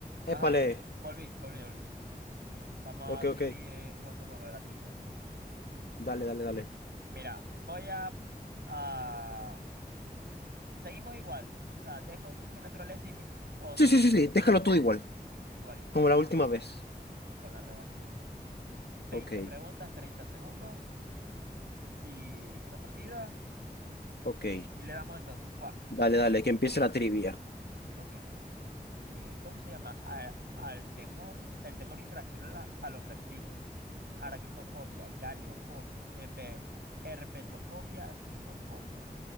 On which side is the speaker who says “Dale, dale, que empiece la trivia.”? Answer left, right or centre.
Left